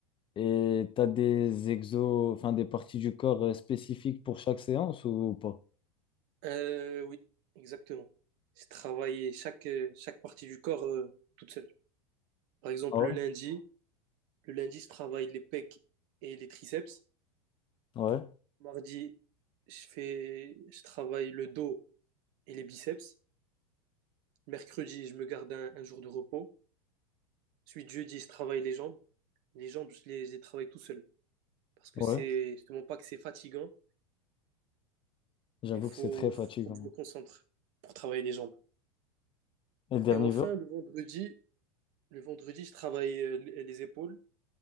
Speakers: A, on the left; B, on the right.
A: et t'as des exos, enfin des parties du corps euh, spécifiques pour chaque séance ou pas?
B: Euh, oui, exactement. J'ai travaillé chaque, euh, chaque partie du corps euh, toute seule. Par exemple,
A: Ah ouais?
B: le lundi, le lundi, je travaille les pecs et les triceps.
A: Ouais.
B: Mardi, je fais, je travaille le dos et les biceps. Mercredi, je me garde un, un jour de repos. Ensuite, jeudi, je travaille les jambes. Les jambes, je les, je les travaille tout seul. Parce que
A: Ouais.
B: c'est justement pas que c'est fatigant,
A: J'avoue
B: Il faut,
A: que c'est très fatigant.
B: faut que je me concentre pour travailler les jambes.
A: Et le dernier
B: Et enfin,
A: jour?
B: le vendredi, le vendredi, je travaille euh, les les épaules,